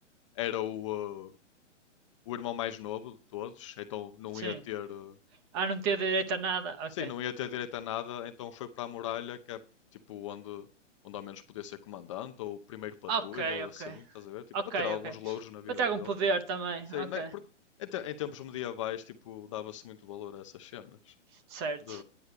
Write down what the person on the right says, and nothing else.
Sim.
Ah, não tinha direito a nada? Ok.
Ok,
ok.
Ok,
ok.
Para ter algum
poder também.
Ok.
Certo.